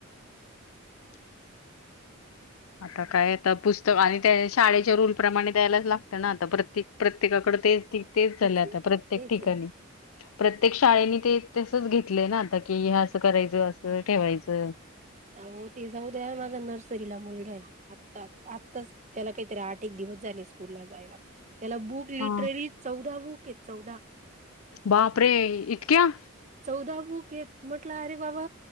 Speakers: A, on the left (about 85°); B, on the right (about 35°).
A: <inaudible> आता काय आता पुस्तक आणि त्या शाळेच्या रूलप्रमाणे द्यायलाच लागतं ना आता प्रत्येक प्रत्येकाकड तेच की तेच झालंय
B: आहे
A: आता
B: तेच
A: प्रत्येक ठिकाणी...
B: आहे
A: प्रत्येक शाळेनी ते तसच घेतलंय ना आता कि हे असं करायचं असं ठेवायचं.
B: आओ ते जाऊ द्या माझा नर्सरीला मुलगा आहे आत्ता आत्ताच.. त्याला काहीतरी आठ एक दिवस झाले स्कूलला जायला. त्याला बुक लिटरली
A: हा
B: चौदा बुक आहे चौदा..
A: बापरे इतक्या..
B: चौदा बुक येत म्हटलं अरे बाबा